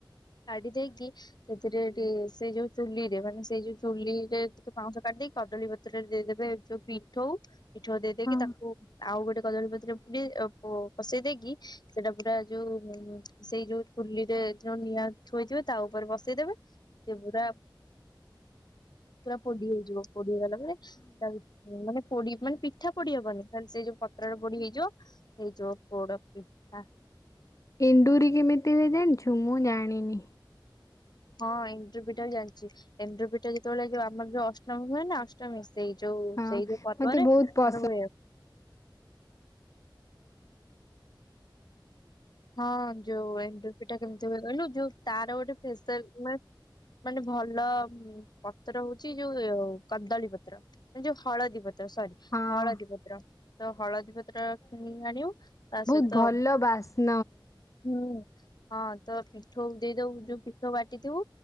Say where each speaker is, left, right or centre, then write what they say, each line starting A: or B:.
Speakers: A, on the left; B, on the left.
A: କାଢି ଦେଇକି ସେଥିରେ ଟିକେ ସେଇ ଯୋଉ ଚୁଲିରେ ମାନେ ସେଇ ଯୋଉ ଚୁଲିରେ ଟିକେ ପାଉଁଶ କାଢିଦେଇ କଦଳୀପତ୍ରରେ ଦେଇଦେବେ ଯୋଉ ପିଠଉ। ପିଠଉ ଦେଇ ଦେଇକି
B: ହଁ
A: ତାକୁ ଆଉ ଗୋଟେ କଦଳୀ ପତ୍ରରେ ପୁରେଇ ଅ ପ ପସେଇ ଦେଇକି ସେଟା ପୁରା ଯୋଉ ସେଇ ଯୋଉ ଚୁଲିରେ ଯୋଉ ନିଆଁ ଥୋଇଥିବେ ତା ଉପରେ ବସେଇଦେବେ ସେ ପୁରା ହ
B: <inaudible>
A: ପୁରା ପୋଡି ହେଇଯିବ। ପୋଡି ହେଇଗଲା ପରେ ତା ଭି ମାନେ ପୋଡି ମାନେ ପିଠା ପୋଡି ହବନି ଖାଲି ସେ ଯୋଉ ପତ୍ରର ପୋଡି ହେଇ ଯିବ। ହେଇ ଯୋ ପୋଡ ପିଠା।
B: ଏଣ୍ଡୁରି କେମିତି ହୁଏ ଜାଣିଛୁ? ମୁଁ ଜାଣିନି?
A: ହଁ ଏଣ୍ଡ୍ରୁ ପିଠା ବି ଜାଣିଚି। ଏଣ୍ଡ୍ରୁପିଠା ଯେତବେଳେ ଯୋଉ ଆମର ଯୋଉ ଅଷ୍ଟମୀ ହୁଏ ନା ଅଷ୍ଟମୀ ସେଇ ଯୋଉ
B: ହଁ
A: ସେଇ ଯୋଉ ପର୍ବରେ
B: ମତେ ବହୁତ
A: <unintelligible>
B: ପସନ୍ଦ
A: ହୁଏ। ହଁ ଯୋଉ ଏଣ୍ଡୁରି ପିଠା କେମତି ହୁଏ କହିଲୁ ଯୋଉ ତାର ଗୋଟେ ପେସାଲ୍। ମାନେ ଭଲ ପତ୍ର ହଉଚି ଯୋଉ କଦଳୀ ପତ୍ର ମାନେ ଯୋଉ ହଳଦୀ ପତ୍ର। ତ ସରି
B: ହଁ
A: ହଳଦୀ ପତ୍ର ତ ହଳଦୀ ପତ୍ର କିଣି ଆଣିବୁ ତା
B: ବହୁତ
A: ସହିତ
B: ଭଲ ବାସ୍
A: ହୁଁ ହଁ। ତ ପିଠଉ ଦେଇଦବୁ ଯୋଉ ପିଠଉ ବାଟିଥିବୁ।